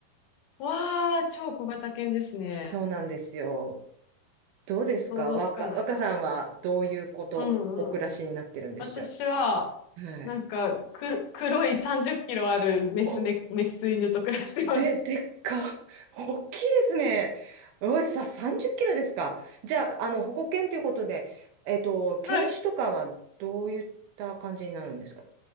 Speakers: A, on the left; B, on the right.
A: わあ、超小型犬ですね。
B: そうなんですよ。どうですか若、
A: 想像つかないな。
B: 若さんはどういうこと、
A: うんうん。
B: お暮らしになってるんでしょ
A: 私は、
B: う。はい。
A: なんか、黒黒い30キロあるメスね、
B: お
A: メス犬と暮らしてます。
B: で、でっか。<laughs> 大きいですね。おい、さ、30キロですか。じゃあ、あの、保護犬ということで、えっと、犬種とかはどういった感じになるんですか
A: はい。